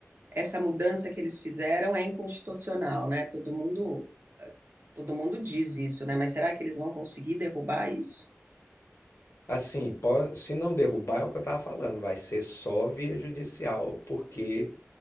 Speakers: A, on the right; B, on the left.
A: Essa mudança que eles fizeram é inconstitucional, né? Todo mundo, todo mundo diz isso, né? Mas será que eles vão conseguir derrubar isso?
B: Assim, se não derrubar é o que eu estava falando, vai ser só via judicial, porque